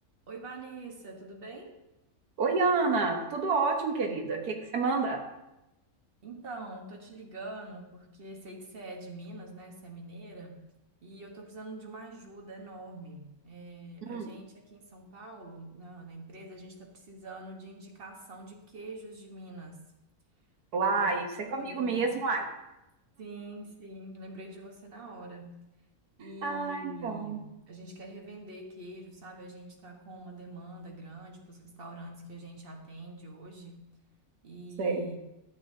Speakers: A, on the right; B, on the right.
A: Oi, Vanessa, tudo bem?
B: Oi, Ana, tudo ótimo, querida. O que que você manda?
A: Então, tô te ligando porque sei que você é de Minas, né? Você é mineira, e eu tô precisando de uma ajuda enorme. É, a
B: Hum.
A: gente aqui em São Paulo, na, na empresa, a gente tá precisando de indicação de queijos de Minas
B: Uai,
A: pra gente
B: isso é comigo
A: poder.
B: mesmo, ai.
A: Sim, sim, lembrei de você na hora. E
B: Ah, então,
A: a gente quer revender queijo, sabe? A gente tá com uma demanda grande para os restaurantes que a gente atende hoje. e
B: sei.